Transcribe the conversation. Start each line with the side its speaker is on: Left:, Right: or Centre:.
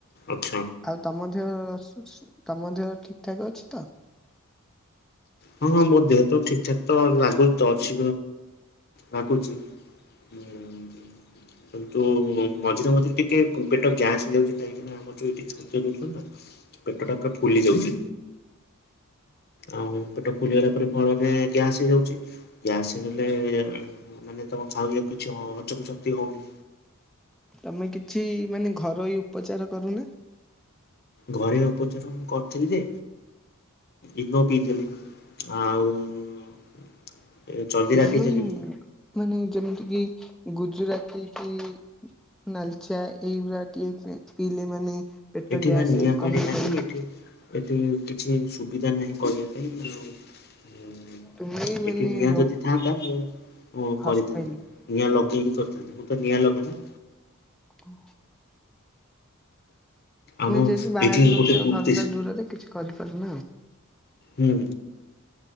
Left: ଆଚ୍ଛା।
Centre: ଆଉ ତମ ଦେହ ସ-ସ ତମ ଦେହ ଠିକ ଠାକ ଅଛି ତ?
Left: ହଁ ହଁ ମୋ ଦେହ ତ ଠିକ ଠାକ ତ ଲାଗୁ ତ ଅଛି ଲାଗୁଚି। ହୁଁ ହ କିନ୍ତୁ ମଝିରେ ମଝିରେ ଟିକେ ପେଟ ଗ୍ୟାସ୍ ହେଇଯାଉଛି କାହିଁକିନା ଆମର ଯୋଉ ଏଠିକି ଶାନ୍ତି ଦଉଥିଲା ନା ପେଟଟା ପୁରା ଫୁଲି ଯାଉଛି ଆଉ ପେଟ ଫୁଲିଗଲା ପରେ ଫଳରେ ଗ୍ୟାସ୍ ହେଇଯାଉଛି ଗ୍ୟାସ ହେଇଗଲେ ମାନେ ତମ ଖାଉ ଏଇକୁ ହଁ ହଜମ ଶକ୍ତି ହୋଉନି
Centre: ତମେ କିଛି ମାନେ ଘରୋଇ ଉପଚାର କରୁନ
Left: ଘରେ ଅପଚାର ମୁଁ କରିଥିଲି ଯେ ଇନୋ ପିଇଥିଲି। ଆଉ ଏ ଜଲଜିରା
Centre: ଇଭେନ୍
Left: ପିଇଥିଲି।
Centre: ମାନେ ଯେମିତି କି ଗୁଜୁରାତି କି ନାଲି ଚା ଏଇଗୁଡା ଟିକେ ପି ପିଲେ ମାନେ ପେଟ
Left: ଏଠି
Centre: ଗ୍ୟାସ
Left: ବା ନିଆଁ ପାଣି
Centre: କମେଇ
Left: ନାହିଁ
Centre: ପାରିବ
Left: ଏଠି ଏଠି କିଛି ସୁବିଧା ନାହିଁ କରିବା ପାଇଁ ଆଉ
Centre: ତୁମେ ମାନେ
Left: ଏଠି ନିଆଁ
Centre: ରହୁ
Left: ଯଦି ଥାଆନ୍ତା ମୁଁ
Centre: ହଷ୍ଟେଲରେ
Left: କରିଥାନ୍ତି ନିଆଁ ଲଗା କରିଥାନ୍ତି ମୁଁ ତ ନିଆଁ ଲଗା ନା
Centre: ହୁଁ
Left: ଆମଁ
Centre: ଯେହେତୁ ବାହାରେ
Left: ଏଠି
Centre: ରହୁଛ
Left: ଗୋଟେ କଠତିସ
Centre: ଘରଟା ଦୂରରେ କିଛି କରିପାରୁନ
Left: ହୁଁ